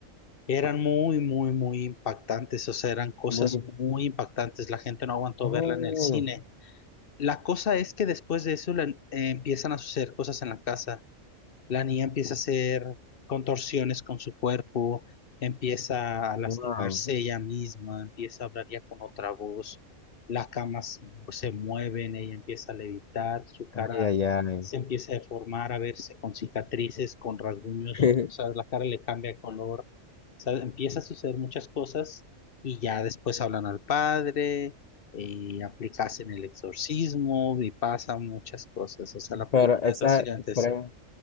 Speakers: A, on the left; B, on the left.
A: Eran muy, muy, muy impactantes, o sea, eran cosas
B: Muy,
A: muy impactantes. La gente no aguantó
B: oh,
A: verla en el cine. La cosa es que después de eso la- eh, empiezan a suceder cosas en la casa. La niña empieza a hacer contorsiones con su cuerpo, empieza a lastimarse
B: wow.
A: ella misma, empieza a hablar ya con otra voz, las camas se mueven, ella empieza a levitar, su cara
B: Ay, ay, ay.
A: se empieza a deformar, a verse con cicatrices, con rasguños,
B: <laughs>
A: o sea, la cara le cambia de color, o sea, empieza a suceder muchas cosas y ya después hablan al padre. Y aplicas en el exorcismo y pasan muchas cosas. O sea, la película
B: Pero esa,
A: es básicamente eso.
B: por ahí-